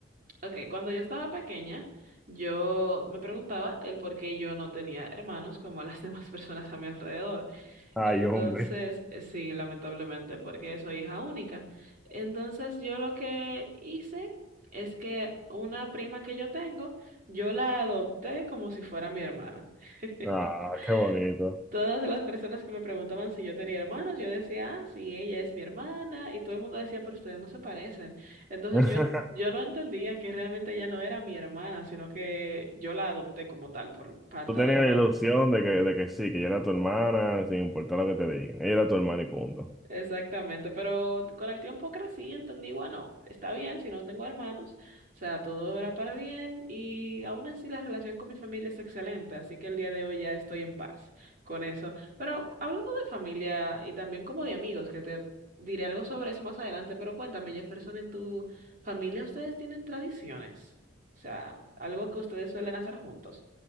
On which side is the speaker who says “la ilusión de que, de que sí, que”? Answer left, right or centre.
Centre